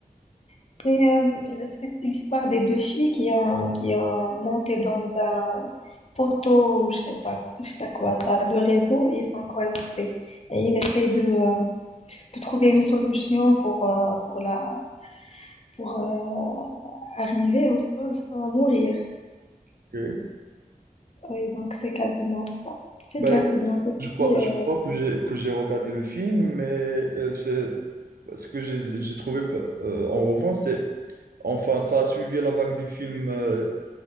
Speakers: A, on the left; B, on the right.
A: C'est euh, c'est c'est l'histoire des deux filles qui ont qui ont monté dans un poteau, je sais pas je sais pas quoi, ça de réseau et ils sont coincés. Et ils essaient de euh, de trouver une solution pour euh, pour la pour euh, arriver au sol sans mourir.
B: Ok.
A: Oui, donc c'est quasiment ça. C'est
B: Bah,
A: bien,
B: écoute,
A: c'est bien, c'est aussi
B: je crois, je
A: euh,
B: crois que j'ai que j'ai regardé le film, mais euh, c'est ce que j'ai j'ai trouvé pa- euh, en revanche, c'est enfin ça a suivi la vague du film euh,